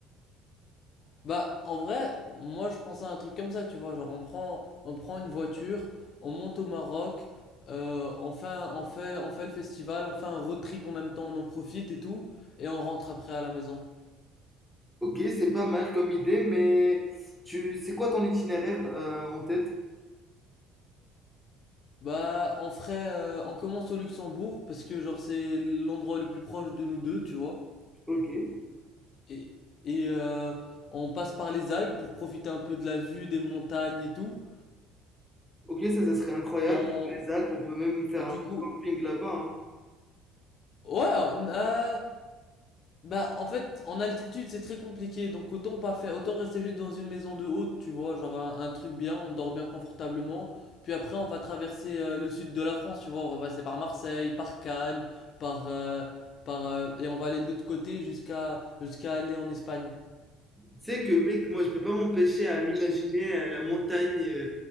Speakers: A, on the left; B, in the centre.
A: Bah, en vrai, moi je pensais à un truc comme ça, tu vois. Genre, on prend, on prend une voiture, on monte au Maroc, euh, on fait, un- on fait, on fait le festival, on fait un road trip en même temps, on en profite et tout, et on rentre après à la maison.
B: Ok, c'est pas mal comme idée, mais tu, c'est quoi ton itinéraire euh, en tête?
A: Bah, on ferait, euh, on commence au Luxembourg parce que genre c'est l'endroit le plus proche de nous deux, tu vois.
B: Ok,
A: Et, et, euh, on passe par les Alpes pour profiter un peu de la vue, des montagnes et tout.
B: ok, ça, ça serait incroyable.
A: On,
B: Les Alpes, on peut même faire
A: du
B: un
A: coup,
B: camping là-bas, hein.
A: ouais, on- euh, bah en fait, en altitude c'est très compliqué, donc autant pas faire, autant rester juste dans une maison de haute, tu vois, genre un, un truc bien, on dort bien confortablement. Puis après, on va traverser euh, le sud de la France, tu vois, on va passer par Marseille, par Cannes, par, euh, par, euh, et on va aller de l'autre côté jusqu'à, jusqu'à aller en Espagne.
B: Tu sais que, mec, moi, je peux pas m'empêcher à m'imaginer euh, la montagne euh,